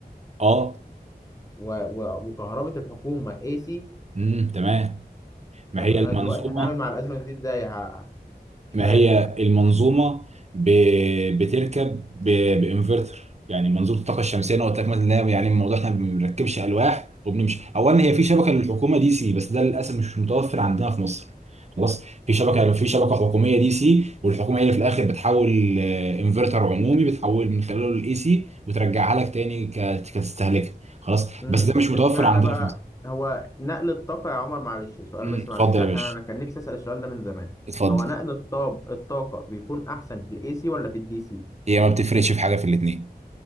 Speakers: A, on the right; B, on the left.
A: اه
B: و... و... وكهرباء الحكومة اي سي
A: امم تمام ما
B: طب
A: هي
B: انا
A: المنظومه
B: دلوقتي هتعامل مع الأزمة دي ازاي ه... مش
A: ما
B: فاهم
A: هي المنظومه ب... بتركب ب... بانفرتر يعني منظومه الطاقه الشمسيه انا قلت لك مثلا إن هي- يعني الموضوع احنا ما بنركبش الواح وبنمشي اولا
B: مم.
A: هي في شبكه للحكومه دي سي بس ده للاسف مش متوفر عندنا في مصر خلاص في شبكه
B: مم.
A: في شبكه حكوميه دي سي والحكومه هي اللي في الاخر بتحول آه، انفرتر عمومي بتحول من خلاله الاي سي وترجعها لك تاني ك... كتستهلكها خلاص
B: مم.
A: بس ده مش متوفر
B: اشمعنى
A: عندنا
B: بقى
A: في مصر
B: هو نقل الطاقة يا عمر معلش سؤال
A: أمم،
B: بس
A: اتفضل
B: معلش عشان
A: يا باشا
B: انا كان نفسي أسأل السؤال ده من زمان
A: اتفضل
B: هو نقل الطاب الطاقة بيكون احسن في الاي سي ولا في الدي سي
A: هي ما بتفرقش في حاجه في الاثنين